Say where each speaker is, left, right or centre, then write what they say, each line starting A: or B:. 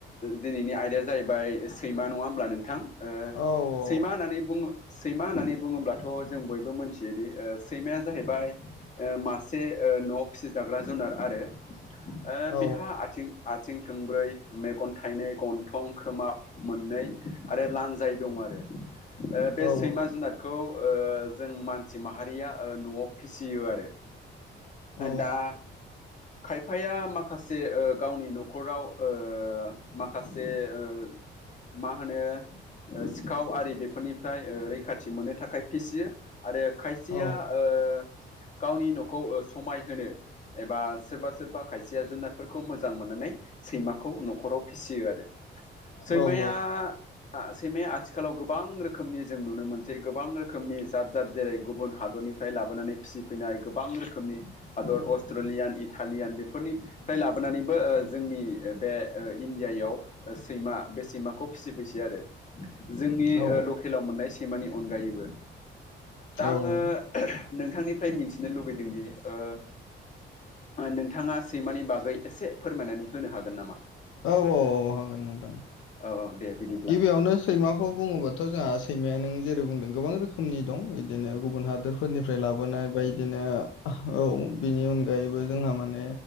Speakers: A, on the left; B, on the left.
A: दिनैनि आयदाया जाहैबाय सैमा नङा होमब्ला नोंथां? ओ
B: औ औ
A: सैमा होननानै बुङो सैमा होननानै बुङोब्लाथ' जों बयबो मिथियोदि सैमाया जाहैबाय मासे न'आव फिसिजाग्रा जुनार आरो। ओ
B: औ
A: बिहा आथिं आ आथिं थोंब्रै, मेगन थाइनै, गन्थं खोमा मोननै आरो लान्जाय दं आरो। ओ बे
B: औ
A: सैमा जुनादखौ ओ जों मानसि माहारिया ओ न'आव फिसियो आरो
B: औ
A: दा खायफाया माखासे गावनि न'खराव ओ माखासे माखासे ओ मा होनो सिखाव आरि बेफोरनिफ्राय ओ रैखाथि मोननो थाखाय फिसियो आरो खायसेया
B: औ
A: ओ गावनि न'खौ समाय होनो एबा सोरबा सोरबा खायसेया जुनारफोरखौ मोजां मोननानै सैमाखौ न'खराव फिसियो आरो। सैमाया
B: औ
A: सैमाया आथिखालाव गोबां रोखोमनि जों नुनो मोनसै गोबां रोखोमनि जाद जाद जेरै गुबुन हादरनि निफ्राय लाबोनानै फिसिफैनाय गोबां रोखोम रोखोमनि हादर अस्ट्रेलियान, इटालियान बेफोरनिफ्राय लाबोनानैबो जोंनि बे इण्डियायाव सैमा बे सैमाखौ फिसिफैसै आरो। जोंनि
B: औ
A: ओ लकेलाव मोननाय सैमानि अनगायैबो दा
B: औ
A: आङो
B: औ
A: नोंथांनिफ्राय मिथिनो लुगैदोंदि ओ नोंथाङा सैमानि बागै एसे फोरमायनानै होनो हागोन नामा?
B: औ औ औ हागोन नोंथां
A: औ औ दे बिदिब्ला
B: गिबियावनो सैमाखौ बुङोब्लााथ' जोंहा सैमाया नों जेरै बुंदों गोबां रोखोमनि दं बिदिनो गुबुन हादोरफोरनिफ्राय लाबोनाय बे बायदिनो औ बिनि अनगायैबो जोंहा माने